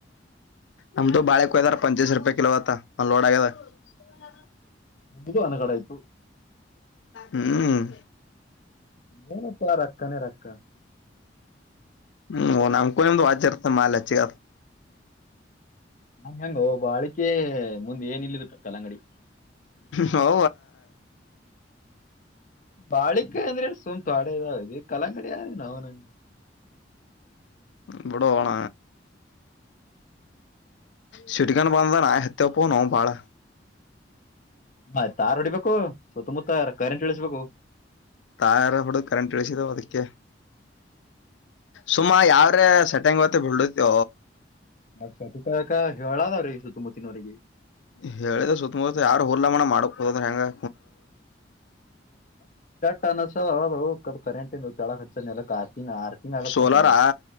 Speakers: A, on the left; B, on the left.
A: ಹಮದು ಬಳ ಹತಾರ ಪಂಚೀಸ ರೂಪೆ ಕಲೋತ ಒ ಲೋಡ ಆಗಾವ <unintelligible>
B: ನಿದು ಅನಗಡ ಆಯ್ತು
A: ಹ್ಮ್
B: ಮನು ಪ ರಕ್ಕನ ರಕ್ಕ
A: ಹ್ಮ್ ನಮ್ಕ್ದು ವ್ರ್ತ ಮಾಾಲ ಚಿಗ
B: ನಂ ಹೆಂಗ ಒ ಬ ಅಳಿಕೆ ಮುಂದ್ ಏನ ಇಲ್ಲಿರುತ್ತ ಕಲಂಗಡಿ
A: ಹೌ
B: ಬಾಿಕೆ ಅಂದ್ರೆ ಸುಮ್ತು ಆಡಾವ ಕಲಕಡಿ ನಾವ ನಂಗ
A: ಇಬಡ ಹಣ ಸುರಿಕೊಂಡ ಬಂದಾನ ಹತ್ತಪ್ಪ ನ ಬಾಳ
B: ಆಯ್ತ್ ತಾರ್ ಹೊಡಿಬೇಕು ಸುತ್ತಮುತ್ತ ಕರೆಂಟ್ ಇಳಸ್ಬೇಕು
A: ತಾರ ಹುಡು ಕರೆಂಟ್ ಇಳಿಸಿದವ ಅದಕ್ಕೆ ಸುಮ ಯಾವ್ರೆ ಸೆಟೆಂಗ್ ಹೊತ್ತ ಬಿಡತಿ
B: ಅ ಹೇಳಾದ ಅವ ರೀ ಸಲ್ತುಮತ್ತಿನವರ
A: ಹೇಳಿದ ಸುತ್ತಮುತ್ತ ಯಾರು ಹುಲ್ಲ ಮನ ಮಾಡು ಕದ ಟಾಂಗಾ
B: ಕನ್ಸದು ಕರೆಂಟ್ ಇ ಕೆಳ ಹಚ್ಚ ನೆಲಕ್ ಆ ಿನ ಆರ್ಕಿನಲ್ಲ
A: ಸೋಲಾರಾ
B: ಕಣ ಕೆಳ